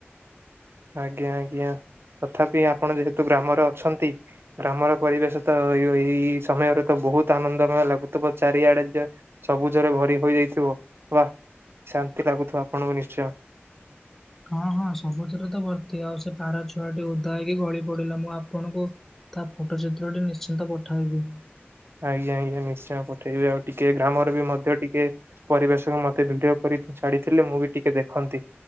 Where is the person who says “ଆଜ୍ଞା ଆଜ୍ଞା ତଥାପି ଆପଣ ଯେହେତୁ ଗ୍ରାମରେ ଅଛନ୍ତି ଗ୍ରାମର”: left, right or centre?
Right